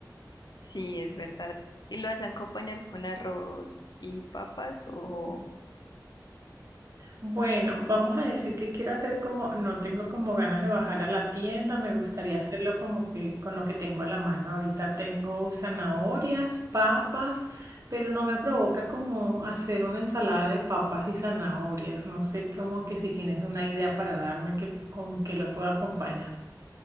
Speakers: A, on the left; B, on the right.
A: Sí, es verdad. ¿Y lo vas a acompañar con arroz y papas o...?
B: Bueno, vamos a decir que quiero hacer como, no tengo como ganas de bajar a la tienda, me gustaría hacerlo como que con lo que tengo en la mano. Ahorita tengo zanahorias, papas, pero no me provoca como hacer una ensalada de papas y zanahorias. No sé, como que si tienes una idea para darme que, con que lo pueda acompañar.